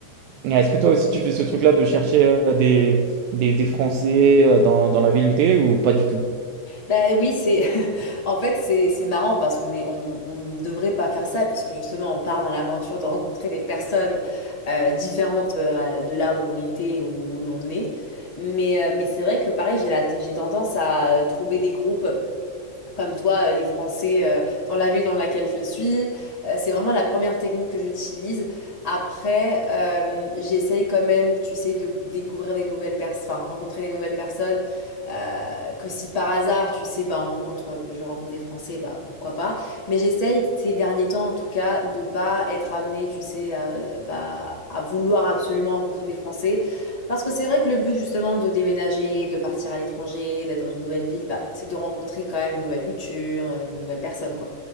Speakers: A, on the right; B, on the left.
A: Ah, Est-ce que toi aussi tu fais ce truc-là de chercher euh, des, des, des Français euh, dans, dans la ville où t'es ou pas du tout?
B: Bah oui, c'est <laughs> en fait c'est c'est marrant parce qu'on est on on ne devrait pas faire ça puisque justement on part dans l'aventure de rencontrer des personnes euh, différentes euh, de là où on était ou où l'on est. Mais euh, mais c'est vrai que pareil, j'ai la j'ai tendance à euh, trouver des groupes. Comme toi, euh, les Français, euh, dans la ville dans laquelle je suis, Euh, c'est vraiment la première technique que j'utilise. Après, euh, j'essaye quand même, tu sais, de découvrir des nouvelles personnes, enfin, rencontrer des nouvelles personnes. Euh, que si par hasard, tu sais, ben, on rencontre, je rencontre des Français, bah, pourquoi pas. Mais j'essaye ces derniers temps, en tout cas, de pas être amenée, tu sais, à, bah, à vouloir absolument rencontrer des Français. Parce que c'est vrai que le but justement de déménager, de partir à l'étranger, d'être dans une nouvelle ville, bah, c'est de rencontrer quand même une nouvelle culture, euh, de nouvelles personnes quoi.